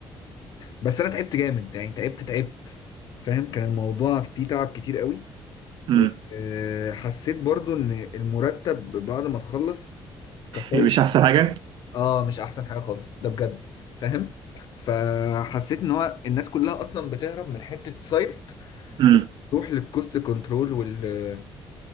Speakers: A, on the left; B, on the right.
A: بس انا تعبت جامد يعني تعبت تعبت فاهم كان الموضوع فيه تعب كتير قوي
B: مم.
A: وحسيت برضو ان المرتب بعد ما تخلص كفايه
B: مش احسن حاجه
A: اه مش احسن حاجه خالص ده بجد فاهم فحسيت ان هو الناس كلها اصلا بتهرب من حته سايت
B: مم.
A: وتروح للكوست كنترول وال